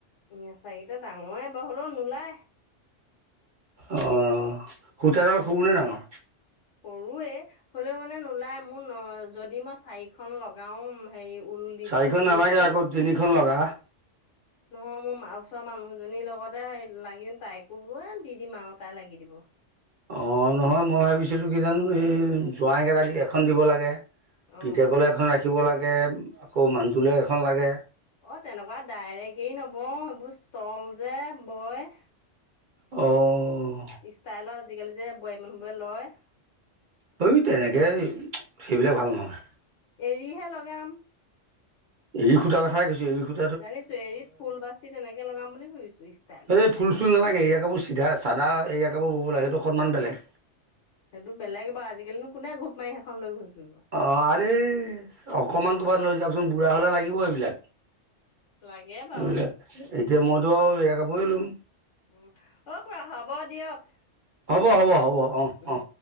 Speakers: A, on the left; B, on the right.
A: নেচাকেইটা ডাঙৰে বাও, হ'লেও নোলায়।
B: অ, সূতাডাল সৰুনে ডাঙৰ?
A: সৰুৱে হ'লেও মানে নোলাই মোৰ ন যদি মই চাৰিখন লগাও হেৰি ঊল দি
B: চাৰিখন
A: ঊল
B: নালাগে
A: দিশ দি
B: আকৌ তিনিখন লগা
A: নহয় মোৰ ওচৰ মানুহজনীৰ লগতে লাগিম তাইকো বোলো এ দি দিম আৰু তাই লাগি দিব
B: অঁ নহয় মই ভাবিছিলোঁ কিজানি এই জোঁৱাইকেইটা দি এখন দিব লাগে
A: অ
B: পিতেকলে এখন ৰাখিব লাগে আকৌ মানুহটোলৈ এখন লাগে
A: অ তেনেকুৱা ডাইৰেক্ট এৰি নবয় এইবোৰ ষ্টল যে বয়
B: অঁ,
A: ষ্টাইলত আজিকালি যে বোৱাৰী মানুহ বোৰে লয়,
B: <unintelligible> তেনেকৈ সেইবিলাক ভাল নহয়!
A: এৰিহে লগাম!
B: এৰী সূতা কথাই কৈছো এৰি সু,
A: জানিছো এৰিত ফুল বাচি তেনেকে লগাম বুলি ভাবিছো ষ্টাইলত,
B: এই ফুল চুল নালাগে এৰীয়া কাপোৰ চি চাদা এৰিয়া কাপোৰ ব'ব লাগে সেইটো অকণমান বেলেগ,
A: সেইটো বেলেগ বাৰু আজিকালিনো কোনে ঘোপ মাৰি এখন লৈ ঘূৰি ফৰিব!
B: অঁ আৰে অকণমান ক'ৰবাত লৈ যাওকচোন বুঢ়া হ'লে লাগিব এইবিলাক,
A: লাগে বাৰু
B: এইবিলাক এতিয়া মইতো এৰীয়া কাপোৰে লম,
A: উ অ খুৰা হ'ব দিয়ক
B: হ'ব হ'ব হ'ব অ
A: উম
B: অ